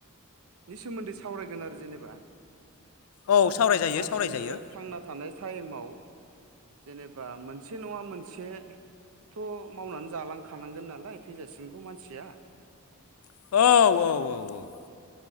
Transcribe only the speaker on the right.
नि सोमोन्दै सावरायगोन आरो जेनेबा।
मानसिनो
थांना थानाय ताइमाव जेनेबा मोनसे नंङा मोन से थ' मावनानै जालांखानांगोन नालाय थैजासिमखौ मानसिया।